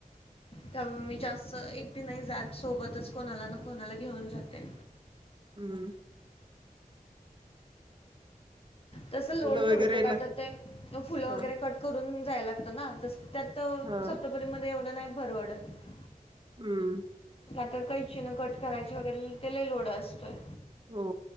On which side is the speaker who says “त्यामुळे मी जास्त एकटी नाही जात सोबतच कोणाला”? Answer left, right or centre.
Left